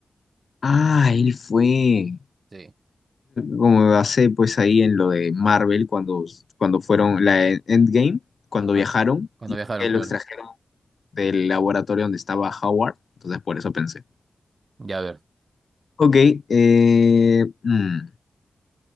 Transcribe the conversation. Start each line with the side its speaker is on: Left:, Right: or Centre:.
Left: Ah, él fue.
Right: Sí.
Left: Como hace pues ahí en lo de Marvel, cuando, cuando fueron la Endgame, cuando
Right: Ah,
Left: viajaron
Right: cuando
Left: y
Right: viajaron,
Left: que
Right: claro.
Left: lo extrajeron del laboratorio donde estaba Howard, entonces por eso pensé.
Right: Ya a ver.
Left: Ok, eh, mm.